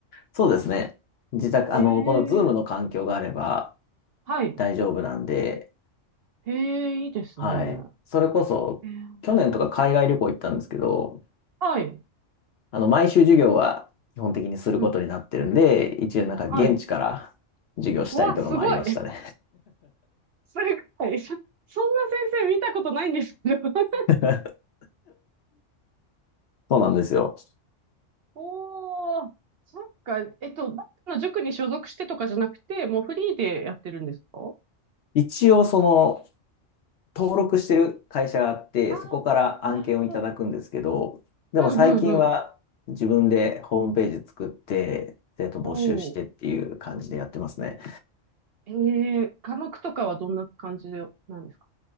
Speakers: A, on the left; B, on the right.
A: そうですね。自宅、
B: ええ
A: あの、この Zoom の環境があれば
B: はい。
A: 大丈夫なんで、
B: ええいいですね。
A: はい。それこそ、
B: ええ
A: 去年とか海外旅行行ったんですけど、
B: はい。
A: あの、毎週授業は基本的にすることになってるんで、
B: うん、
A: 一応なんか現地から授業したりとかもありましたね。
B: はい。うわ、すごい。<laughs> すごい。そそんな先生見たことないんですけど。<laughs>
A: <laughs> そうなんですよ。
B: おー、そっか。えっと、どっかの塾に所属してとかじゃなくて、もうフリーでやってるんですか
A: 一応その、登録してる会社があって、
B: ああー、
A: そこから案件をいただくんですけど、
B: なるほど。
A: でも最近は自分でホームページ作って、
B: うんうんうん。
A: 生徒募集してっていう感じでやってますね。
B: おー。ええ科目とかはどんな感じなんですか